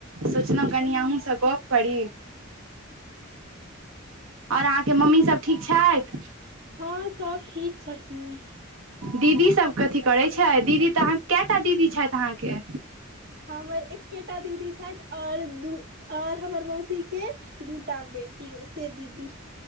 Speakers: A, on the right; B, on the right.
A: सोचलहुँ कनी अहूँसँ गप करी और अहाँके मम्मी सब ठीक छथि
B: हँ सब ठीक छथिन
A: दीदी सब कथी करै छै त दीदी त अहा केटा दीदी छथि अहाँके
B: हमर एकेटा दीदी छथि और द ओर हमर मौसी के दूटा बे बेटी ओे से दीदी